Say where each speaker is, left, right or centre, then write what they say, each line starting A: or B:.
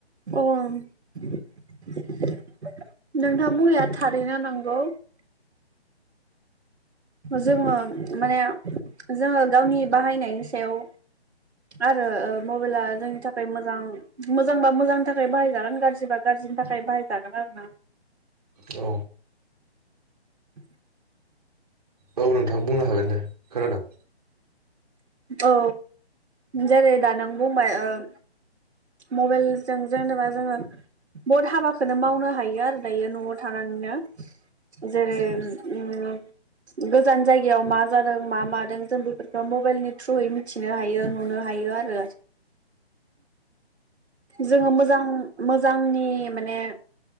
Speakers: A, on the right (about 75°); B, on the right (about 35°).
A: अ नोंथां बुं नोंथाङा बुंनाया थारैनो नंगौ। जोङो माने जोङो गावनि बाहायनायनि सायाव आरो ओ मबेला जोंनि थाखा खाय मोजां मोजांबा मोजांनि थाखाय बाहायजागोन गाज्रिबा गाज्रिनि थाखाय बाहायजागोन आरो ना
B: औ
A: <inaudible>
B: औ नोंथां बुंनो हागोन दे खोनादों,
A: औ जेरै दा नों, बौ माइ ओ मबाइलजों जेनेबा जोङो बहुद हाबाखौनो मावनो हायो आरो दायो न'आव थानानैनो जेरै उम गोजान जायगायाव मा जादों मा मादों जों बेफोरफोरखौ मबाइलनि थ्रुयै मिथिनो हायो नुनो हायो आरो जोङो मोजां मोजांनि माने